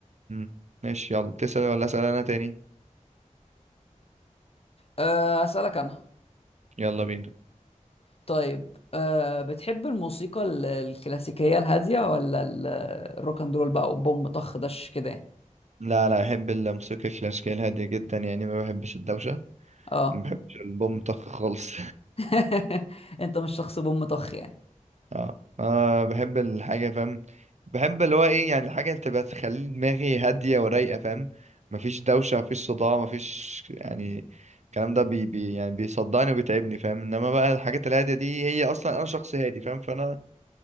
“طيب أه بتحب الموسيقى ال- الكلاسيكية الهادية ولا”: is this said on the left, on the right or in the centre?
Left